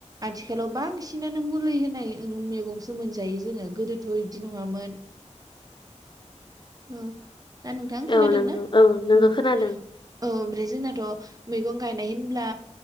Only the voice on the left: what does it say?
औ नंगौ नंगौ
खोनादों